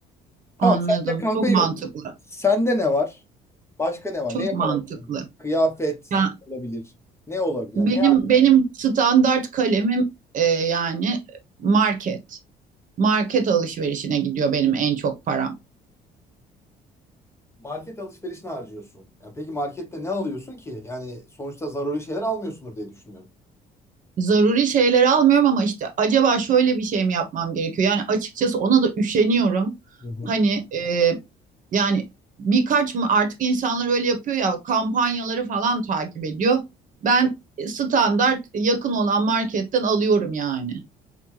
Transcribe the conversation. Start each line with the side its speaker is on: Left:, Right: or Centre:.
Left: Tamam
Right: Anladım.
Left: sende kahve
Right: Çok
Left: yok.
Right: mantıklı.
Left: Sende ne var? Başka ne var?
Right: Çok
Left: Ne yaparak?
Right: mantıklı.
Left: Kıyafet
Right: Ya
Left: olabilir. Ne olabilir?
Right: benim
Left: Yani
Right: benim standart kalemim e, yani market. Market alışverişine gidiyor benim en çok param.
Left: Market alışverişine harcıyorsun. Ya peki markette ne alıyorsun ki? Yani sonuçta zaruri şeyler almıyorsundur diye düşünüyorum.
Right: Zaruri şeyler almıyorum ama işte acaba şöyle bir şey mi yapmam gerekiyor? Yani açıkçası ona da üşeniyorum.
Left: Hı hı.
Right: Hani e, yani birkaç mı artık insanlar öyle yapıyor ya kampanyaları falan takip ediyor. Ben standart yakın olan marketten alıyorum yani.